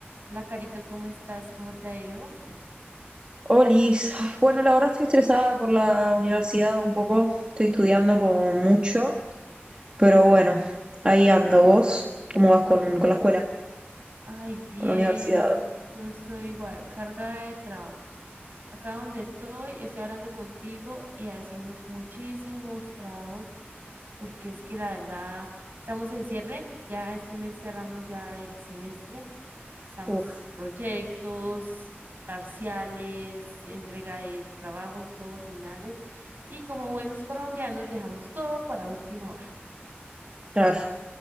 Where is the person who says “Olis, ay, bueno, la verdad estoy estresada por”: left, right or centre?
Right